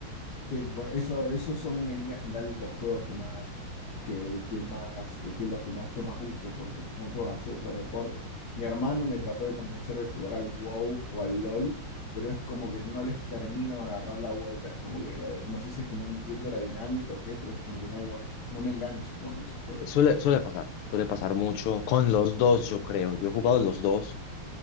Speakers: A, on the left; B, on the left.
A: Sí, bueno, eso, esos son en línea general los juegos que más, que, que más, eh, que los que más yo más uso, porque son juegos así, un juego de deporte. Mi hermano me trató de convencer de jugar al WoW o al LOL, pero es como que no les termino de agarrar la vuelta, es como que, eh, no sé si es que no entiendo la dinámica o qué, pero es como que no, lo- no me engancho jugando esos juegos.
B: Suele, suele pasar, suele pasar mucho con los dos, yo creo. Yo he jugado los dos